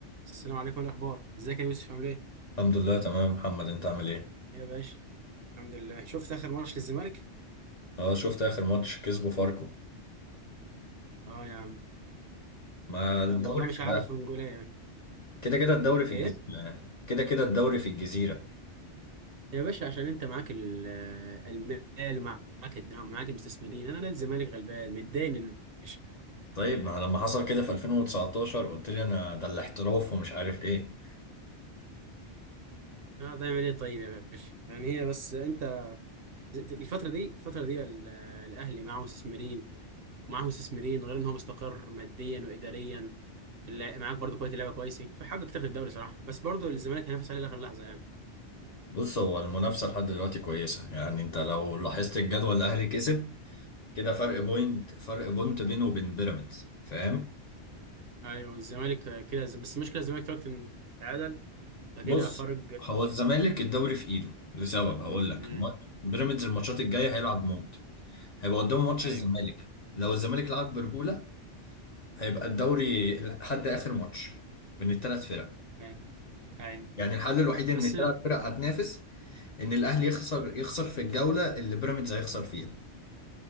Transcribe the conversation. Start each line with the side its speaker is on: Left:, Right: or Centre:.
Right: السلام عليكم إيه الاخبار ازيك يا يوسف عامل ايه
Left: الحمد لله تمام محمد انت عامل ايه؟
Right: إيه يا باشا الحمد لله شفت اخر ماتش للزمالك
Left: اه شفت اخر ماتش كسبه فاركو
Right: اه يا عم
Left: ما الدوري
Right: يلا والله مش
Left: في
Right: عارف
Left: ده
Right: انجوليه يعني
Left: كده كده الدوري في
Right: ايه
Left: الجزيرة يعني كده كده الدوري في الجزيرة
Right: يا باشا عشان انت معاك ال- المال ومعاك الدعم ومعاك المستثمرين انا نادي الزمالك غلبان متداين يا باشا
Left: طيب ما لما حصل كده في 2019 قلت لي انا ده الاحتراف ومش عارف ايه
Right: اه ده يعمل ايه طيب يا باشا يعني هي بس انت الفتره دي الفتره دي ال- الاهلي معاه مستثمرين ومعاه مستثمرين غير ان هو مستقر ماديا واداريا لا- معاك برضو كواليتي لعيبه كويسه فحقق تاخد الدوري صراحه بس برضو الزمالك هينافس عليه لاخر لحظه يعني
Left: بص هو المنافسة لحد دلوقتي كويسة يعني انت لو لاحظت الجدول الاهلي كسب كده فرق بوينت فرق بوينت بينه وبين بيراميدز فاهم؟
Right: ايوه الزمالك كده بس المشكله الزمالك دلوقتي إن اتعادل فكده
Left: بص
Right: فرق
Left: هو الزمالك الدوري في ايده لسبب هقول لك
Right: امم
Left: ما- بيراميدز الماتشات الجاية هيلعب موت هيبقى قدامه ماتش
Right: <laughs> ايوه
Left: الزمالك لو الزمالك لعب برجولة هيبقى الدوري لحد آخر ماتش من الثلاث فرق
Right: ايوه ايوه
Left: يعني الحل الوحيد إن
Right: بس
Left: الثلاث فرق هتنافس إن الأهلي يخسر يخسر في الجولة اللي بيراميدز هيخسر فيها